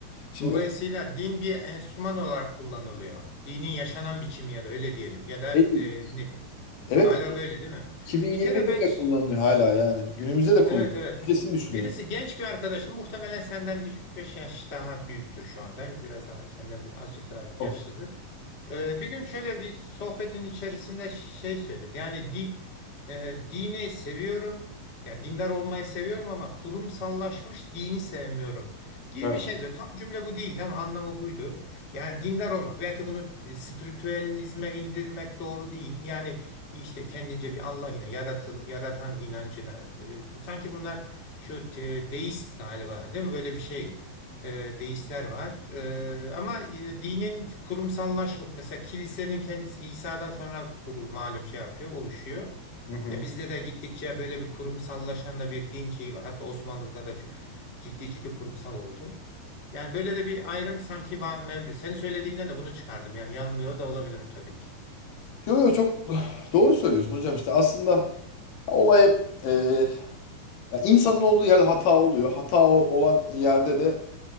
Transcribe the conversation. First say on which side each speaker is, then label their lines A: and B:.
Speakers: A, on the left (about 65°); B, on the left (about 25°).
A: Şimdi
B: Dolayısıyla din bir enstrüman olarak kullanılıyor. Dinin yaşanan biçimi ya da öyle diyelim ya da
A: öyle
B: e,
A: değil.
B: ne bileyim.
A: evet
B: Galiba böyle değil mi?
A: 2020'de
B: Bir kere ben
A: bile kullanılıyor hala yani. Günümüzde de kullanılıyor.
B: evet evet.
A: Öncesini düşünün
B: Birisi
A: yani.
B: genç bir arkadaşım muhtemelen senden üç beş yaş daha büyüktür şu anda. Biraz daha senden bir, azıcık daha yaşlıdır.
A: Oh,
B: Ee, bir gün şöyle bir sohbetin içerisinde şey söyledi. Yani di, e, dini seviyorum. Ya dindar olmayı seviyorum ama kurumsallaşmış dini sevmiyorum gibi
A: evet.
B: bir şey söyledi. Tam cümle bu değildi ama anlamı buydu. Yani dindar olmak. Belki bunu spiritüelizme indirmek doğru değil. Yani bir işte kendince bir Allah'ına, yaratıl, yaratan inancına. e, sanki bunlar şu te- deist galiba değil mi? Böyle bir şey e, deistler var. E, ama e, dinin kurumsallaşmak mesela kilisenin kendisi İsa'dan sonra kurulu malum şey yapıyor, oluşuyor.
A: Hı hı.
B: Ya bizde de gittikçe böyle bir kurumsallaşan da bir din şeyi var. Hatta Osmanlı'da da çok ciddi ciddi kurumsal oldu. Yani böyle de bir ayrım sanki var mevcut. Senin söylediğinden de bunu çıkardım. Yani yanılıyor da olabilirim tabii ki.
A: Yo yo çok doğru söylüyorsun hocam işte aslında Olay hep e, ya insanın olduğu yerde hata oluyor. Hata o- olan yerde de